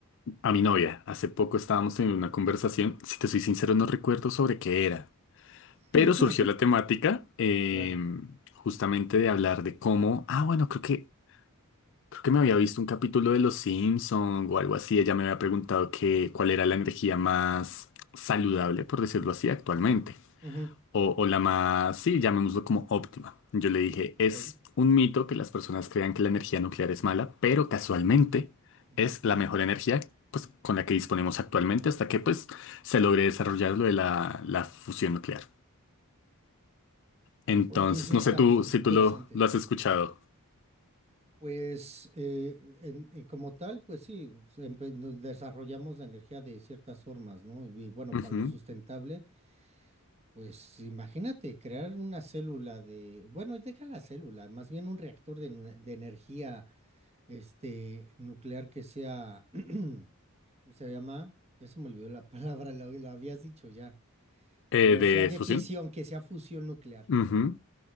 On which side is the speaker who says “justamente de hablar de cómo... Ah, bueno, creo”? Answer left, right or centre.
Left